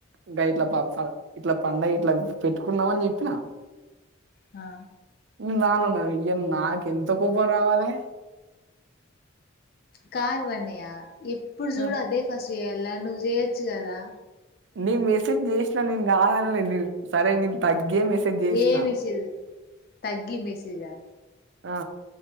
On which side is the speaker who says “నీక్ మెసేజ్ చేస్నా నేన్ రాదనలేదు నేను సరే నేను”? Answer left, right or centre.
Right